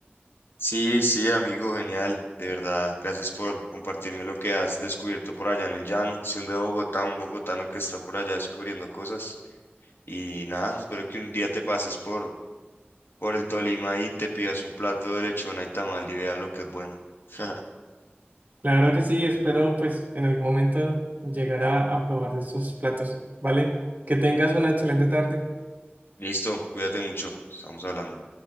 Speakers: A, on the left; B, on the right.
A: Sí, sí, amigo, genial, de verdad. Gracias por compartirme lo que has descubierto por allá en el llano, siendo de Bogotá, un bogotano que está por allá descubriendo cosas. Y nada, espero que un día te pases por, por el Tolima y te pidas un plato de lechona y tamal y veas lo que es bueno. <laughs>
B: Claro que sí, espero pues en algún momento llegar a, a probar de esos platos, ¿vale? Que tengas una excelente tarde.
A: Listo, cuídate mucho, estamos hablando.